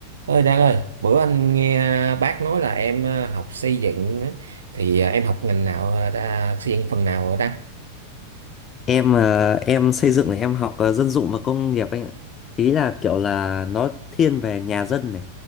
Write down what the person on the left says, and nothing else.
em ờ, em xây dựng này em học ờ, dân dụng và công nghiệp anh ạ ý là kiểu là nó thiên về nhà dân này